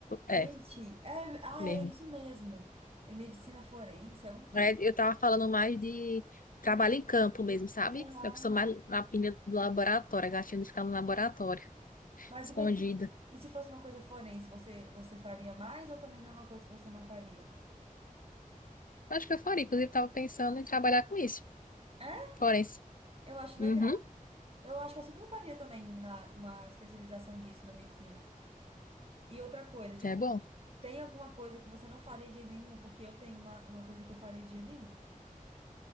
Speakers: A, on the left; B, on the right.
A: É,
B: gente, é, ah,
A: mesmo.
B: é isso mesmo. É medicina forense, alguma coisa.
A: É,
B: assim.
A: Eu tava falando mais de trabalho em campo mesmo, sabe?
B: Aham,
A: Eu sou
B: aham.
A: mais na pilha do laboratório, a gatinha de ficar no laboratório,
B: Mas
A: escondida.
B: e, medici- e se fosse uma coisa forense, você, você faria mais ou também não é uma coisa que você não faria?
A: Acho que eu faria, inclusive tava pensando em trabalhar com isso,
B: É?
A: forense.
B: Eu acho
A: Uhum,
B: legal. Eu acho que eu super faria também na, uma especialização disso na medicina. E outra coisa, tipo,
A: é bom.
B: tem alguma coisa que você não faria de jeito nenhum? Porque eu tenho uma, uma coisa que eu faria de jeito nenhum.